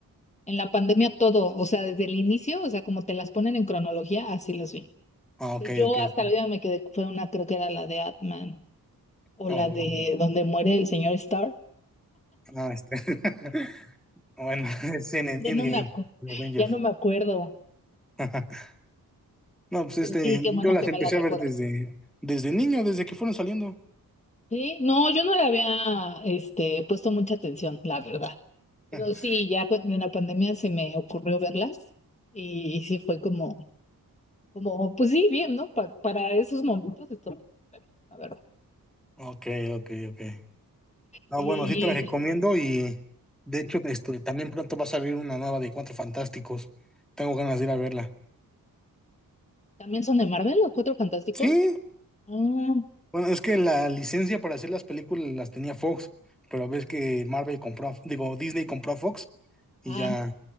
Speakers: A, on the left (about 20°); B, in the centre.
A: en la pandemia todo, o sea, desde el inicio, o sea, como te las ponen en cronología, así las vi.
B: Ah, ok,
A: Entonces, yo
B: ok.
A: hasta
B: ok.
A: la vida me quedé, fue una, creo que era la de Atman o
B: Ah,
A: la
B: bueno.
A: de donde muere el señor Starr.
B: Ah, este. <laughs> Bueno, <laughs> es en en
A: Ya
B: Endgame,
A: no me acuerdo,
B: de Avengers.
A: ya no me acuerdo,
B: <laughs> No, pues este,
A: pero sí, qué bueno
B: yo las
A: que
B: empecé
A: me la recuerdo.
B: a ver desde, desde niño, desde que fueron saliendo.
A: Sí, no, yo no le había este, puesto mucha atención, la verdad. Pero
B: <laughs>
A: sí, ya pues, en la pandemia se me ocurrió verlas y, sí fue como, como, pues sí, bien, ¿no? Pa- para esos momentos esto, la verdad.
B: Ok, ok, ok. No,
A: Y
B: bueno, sí te la recomiendo y de hecho esto, también pronto va a salir una nueva de Cuatro Fantásticos. Tengo ganas de ir a verla.
A: también son de Marvel, los Cuatro Fantásticos.
B: Sí,
A: Ah,
B: bueno, es que la licencia para hacer las películas las tenía Fox, pero ves que Marvel compró, a- digo, Disney compró a Fox y
A: ah,
B: ya